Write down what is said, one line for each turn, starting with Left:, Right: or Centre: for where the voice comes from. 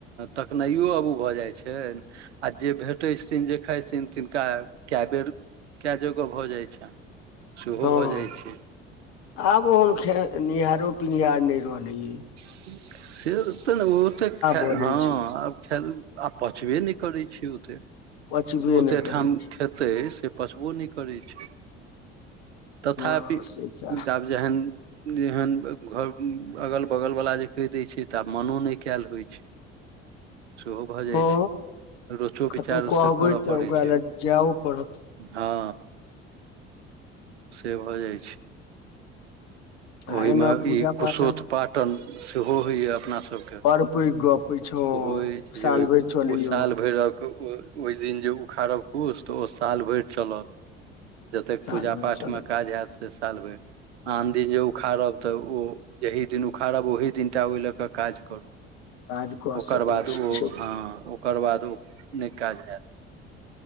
Right: तकनाईयो अबू भऽ जाय छै छै आ जे भेटै छिन जे खाइत छिन तिनका कए बेर कए जगह भऽ जाइ छैन सेहो
Left: हँ
Right: भऽ जाइ छै
Left: आब ओहन खे निहारो पिनिहारो नहि रहलैय
Right: से तऽ ने ओते खा
Left: भऽ
Right: हँ
Left: जाइ छै
Right: आब खाय आ पचबे नहि करै छै ओते
Left: पचबे
Right: ओतेक
Left: नहि करै
Right: ठाम
Left: छै
Right: खेत से पसबो नहि करै छै तथापि
Left: हँ से सैह
Right: जेहन जेहन घर <unintelligible> <unintelligible> अगल बगल वाला जे कहि दय छै तऽ आब मनो नहि कयल होइ छै सेहो भऽ जाइ
Left: हँ
Right: छै रोचो
Left: कतहु
Right: विचारसँ
Left: कहबै
Right: करय
Left: तऽ
Right: पड़ै
Left: ओकरा
Right: छै
Left: लए जायओ पड़त
Right: हँ से भऽ जाइ छै
Left: आ
Right: ओहीमे
Left: एना पूजा
Right: ई कुशोथपाटन
Left: पाठ
Right: सेहो होइए अपनासभके
Left: अरपै गप अछि हँ
Right: ओ हो अछि
Left: साल
Right: जे ओहि
Left: भरि चलै
Right: ओ साल भैरक ओ ओहि दिन जे उखाड़ब कूश तऽ ओ साल भरि चलत जते
Left: साल
Right: पूजा
Left: भरि
Right: पाठमे
Left: चलत
Right: काज हैत से साल भर आन दिन जे उखाड़ब तऽ ओ जेही दिन उखाड़ब ओही दिन टा ओहि लऽ कऽ काज करू
Left: काज कऽ
Right: ओकर
Left: सकै
Right: बाद ओ
Left: छी
Right: हँ ओकर बाद ओ नहि काज हयैत